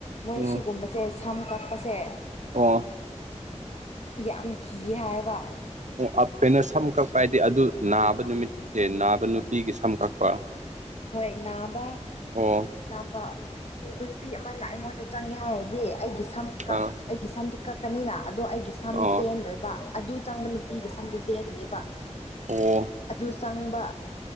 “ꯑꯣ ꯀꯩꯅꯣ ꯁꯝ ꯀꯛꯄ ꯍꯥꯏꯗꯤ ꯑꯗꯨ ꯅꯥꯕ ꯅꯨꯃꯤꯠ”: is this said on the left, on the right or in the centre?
Right